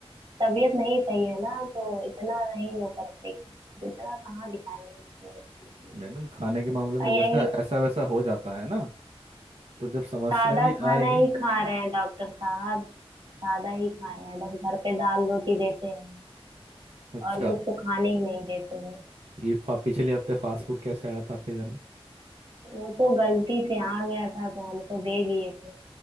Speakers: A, on the right; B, on the right.
A: तबीयत नहीं सही है ना तो इतना नहीं वो करते कि तो इतना कहाँ दिखाएंगे उनको रोटी वोटी।
B: मैडम खाने के मामले
A: और
B: में
A: यही
B: जैसा ऐसा वैसा हो जाता है ना तो जब समस्या
A: सादा
B: भी
A: खाना
B: आएगी
A: ही खा रहे हैं डॉक्टर साहब सादा ही खा रहे हैं बस घर पे दाल रोटी देते हैं
B: अच्छा
A: और कुछ तो खाने ही नहीं देते हैं
B: तो ये फा, पिछले हफ्ते फास्ट फूड कैसे आया था आपके घर में
A: वो तो गलती से आ गया था तो हमको दे दिए थे